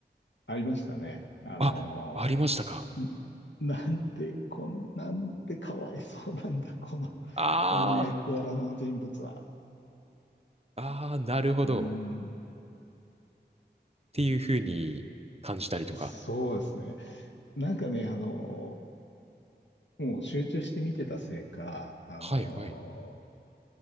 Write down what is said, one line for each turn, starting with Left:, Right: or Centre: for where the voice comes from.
Left: ありましたね。あの
Right: あ、ありましたか。
Left: ーんなんて、こん、なんてかわいそうなんだ、この、
Right: あー、
Left: この役柄の人物は。
Right: あー、なるほど。
Left: うーん、
Right: っていうふうに感じたりとか。
Left: そうですね。なんかね、あのもう集中して見てたせいか、あの
Right: はい、はい、